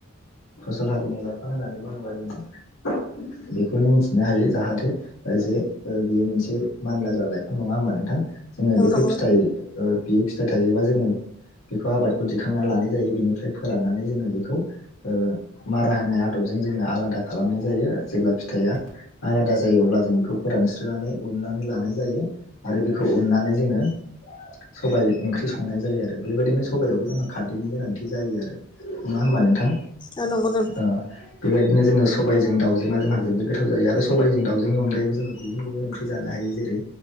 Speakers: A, on the left (about 75°); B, on the left (about 20°).
A: फसल हारिनि लाइफां होननानै बुङोबा जोङो‌। बेखौनो मिथिनो हायो जाहाथे ओ जे ओ बियो मोनसे मान लाग्रा लाइफां नङा होमबा नोंथां? जोङो
B: औ
A: बेखौ
B: नंगौ
A: फिथाइ
B: नंगौ
A: बियो फिथाइ थायोबा जोङो बेखौ आबादखौ दिखांना लानाय जायो। बेनिफ्राय फोराननानै जोङो बेखौ ओ मारा होनाय आदब जों जोंङो आलादा खालामनाय जायो। जेब्ला फिथाया आलादा जायो अब्ला जों बेखौ फोरानस्रांनानै उननानै लानाय जायो। आरो बेखौ उननानै जोङो सबाय ओंख्रि संनाय जायो। आरो बेबायदिनो सबयावबो जोंहा खारदैनि गोनांथि जायो आरो नङा होमबा नोंथां?
B: आरो नंगौ दां
A: ओ बेबायदिनो जोङो सबायजों दाउजोङा जोंहा जोबोद गोथाव जायो आरो सबायजों दाउ जोंनि अनगायैबो जों गुबुन गुबुन ओंख्रि जानो हायो। जेरै